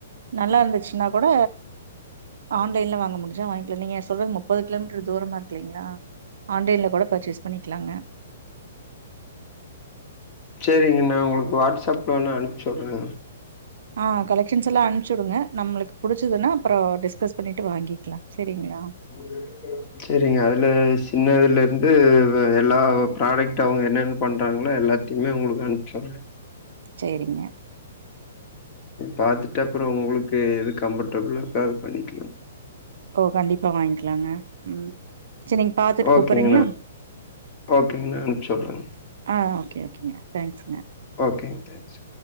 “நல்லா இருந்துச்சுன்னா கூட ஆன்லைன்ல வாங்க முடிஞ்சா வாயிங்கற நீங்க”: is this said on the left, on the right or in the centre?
Right